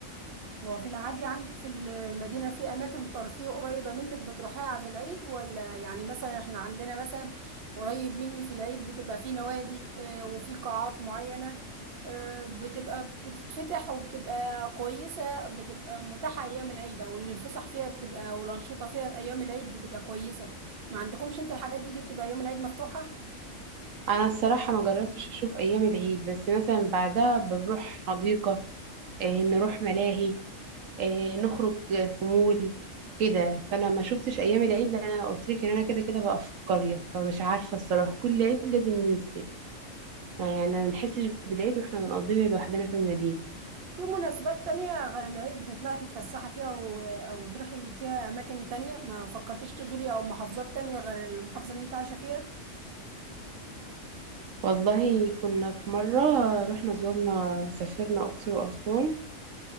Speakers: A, on the right (about 55°); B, on the right (about 75°).
A: هو في العادي عندك في المدينة في أماكن ترفيه قريبة منك بتروحيها في العيد ولا يعني مثلا احنا عندنا مثلا قريب مني في العيد بتبقى في نوادي آه، وفي قاعات معينة آه، بتبقى بتتفتح وبتبقى كويسة بتبقى متاحة أيام العيد أو إن الفسح فيها بتبقى والأنشطة فيها في أيام العيد بتبقى كويسة ما عندكمش أنت الحاجات دي دي بتبقى أيام العيد مفتوحة؟
B: أنا الصراحة ما جربتش أشوف أيام العيد بس مثلا بعدها بنروح حديقة اه، نروح ملاهي آه، نخرج في مول كده فانا ما شفتش ايام العيد لان انا قلت لك ان انا كده كده بقى في القريه فمش عارفه الصراحه كل عيد لازم ننزل ما يعني ما بنحسش بالعيد واحنا بنقضيه لوحدنا في المدينه
A: في مناسبات تانية غير العيد بتطلعي تتفسحي فيها أو, أو تروحي فيها أماكن تانية ما فكرتش تزوري أو محافظات تانية غير المحافظة اللي أنت عايشة فيها
B: والله كنا في مره رحنا زرنا سافرنا اقصر واسوان